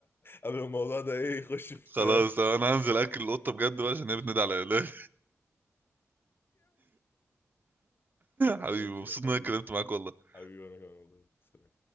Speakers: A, on the left (about 45°); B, on the right (about 40°).
A: قبل ما الموضوع ده ايه يخش في
B: خلاص
A: <laughs>
B: انا هنزل اكل القطه بجد بقى عشان هي بتنادي عليا <laughs> حبيبي
A: ماشي
B: مبسوط
A: يا حبيبي
B: ان انا اتكلمت معاك والله
A: حبيبي وانا كمان والله سلام.